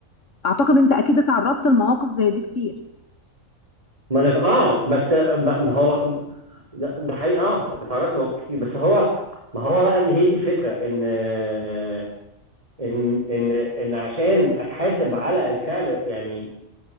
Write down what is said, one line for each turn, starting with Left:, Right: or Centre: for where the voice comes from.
Left: اعتقد انت اكيد اتعرضت لمواقف زي دي كتير
Right: ما انا اه بس ب- ما هو ده ده حقيقي اه اتعرضت لمواقف كتير بس هو ما هو بقى اللي هي دي الفكره ان آه، ان ان ان عشان اتحاسب على الفعل يعني